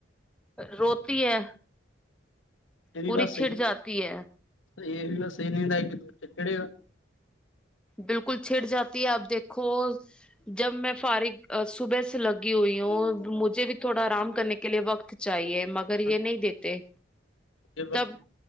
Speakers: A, in the centre; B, on the left.
A: روتی ہے
B: یہ بھی
A: پوری
B: بس سی
A: چھٹ
B: ہے
A: جاتی
B: یہ بھی بس ن آ کےا
A: بالکل چھڑ جاتی ہے آپ دیکھو جب میں فارغ صبح سے لگی ہوئی ہوں مجھے بھی تھوڑا آرام کرنے کے لیے وقت چاہیے مگر
B: گا
A: یہ نہیں دیتے
B: یہ بق
A: تب